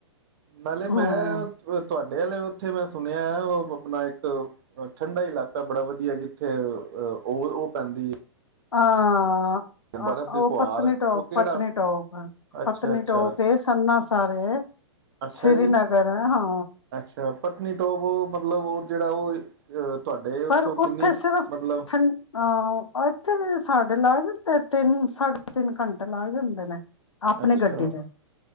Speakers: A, on the right; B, on the left.
A: ਨਾਲੇ
B: ਹਮ
A: ਮੈਂ, ਤੁਹਾ ਨਾਲੇ ਉਥੇ ਮੈਂ ਸੁਣਿਆ ਹੈ ਉਹ ਆਪਣਾ ਇੱਕ ਠੰਢਾ ਇਲਾਕਾ ਬੜਾ ਵਧੀਆ ਜਿੱਥੇ ਉਹ-ਉਹ ਪੈਂਦੀ
B: ਹਾਂ,
A: ਹੈ ਬਰਫ਼
B: ਆ
A: ਦੀ
B: ਉਹ
A: ਫੁਹਾਰ
B: ਪਤਨੀਟੋਪ-ਪਤਨੀਟੋਪ,
A: ਉਹ ਕਿਹੜਾ ਅੱਛਾ
B: ਪਤਨੀਟੋਪ,
A: ਅੱਛਾ
B: ਸਨਾਸਾਰੇ
A: ਅੱਛਾ
B: ਸ੍ਰੀਨਗਰ
A: ਜੀ
B: ਹਾਂ
A: ਅੱਛਾ ਪਤਨੀਟੋਪ ਮਤਲਬ ਉਹ ਜਿਹੜਾ ਉਹ ਤੁਹਾਡੇ ਅ ਉੱਥੋਂ
B: ਪਰ ਉੱਥੇ
A: ਕਿੰਨੀ
B: ਸਿਰਫ,
A: ਮਤਲਬ
B: ਠ ਆ ਇੱਥੇ ਸਾਡੇ ਲਾ ਤੇ ਤਿੰਨ ਸਾਢੇ ਤਿੰਨ ਘੰਟੇ ਲੱਗ ਜਾਂਦੇ ਨੇ ਆਪਣੀ
A: ਅੱਛਾ,
B: ਗੱਡੀ ਚ